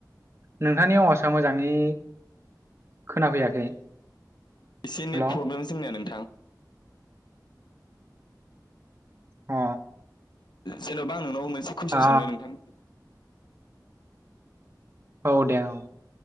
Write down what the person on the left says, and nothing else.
एसे
नेट प्रब्लेम जोंनिया नोंथां।
जेनबा आं नोंनाव मोनसे कुइसन
सोंनो नोंथां?